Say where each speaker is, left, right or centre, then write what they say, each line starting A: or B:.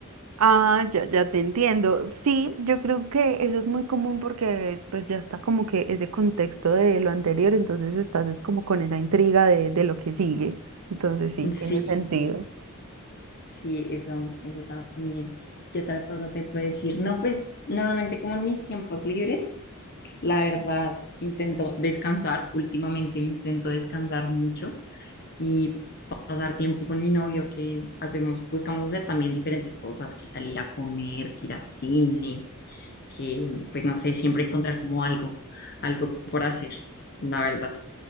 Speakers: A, on the right (about 75°); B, on the left (about 45°).
A: Ah, ya, ya te entiendo. Sí, yo creo que eso es muy común porque pues ya está como que ese contexto de lo anterior, entonces estás es como con esa intriga de, de lo que sigue. Entonces sí,
B: Sí.
A: tiene sentido.
B: Sí, eso, eso también. ¿Qué otra cosa te puedo decir? No, pues normalmente como en mis tiempos libres, la verdad, intento descansar. Últimamente intento descansar mucho y pa- pasar tiempo con mi novio, que hacemos, buscamos hacer también diferentes cosas, que salir a comer, que ir a cine, que pues no sé, siempre encontrar como algo, algo por hacer, la verdad.